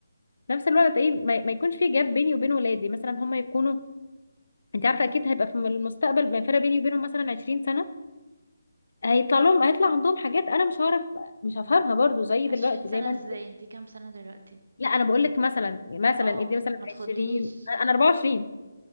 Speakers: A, on the left (about 65°); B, on the right (about 65°).
A: في نفس الوقت ايه ما, ما يكونش في جاب بيني وبين ولادي مثلا هم يكونوا انت عارفة اكيد هيبقى في المستقبل ما فرق بيني وبينهم مثلا 20 سنة هيطلع لهم هيطلع عندهم حاجات انا مش هعرف مش هفهمها برضو زي
B: عشرين
A: دلوقتي
B: سنة
A: زي ما
B: ازاي
A: انت
B: انتي كام سنة دلوقتي
A: لا انا بقول لك مثلا مثلا
B: اه
A: ادي مثلا
B: ما تخدنيش
A: 20 انا 24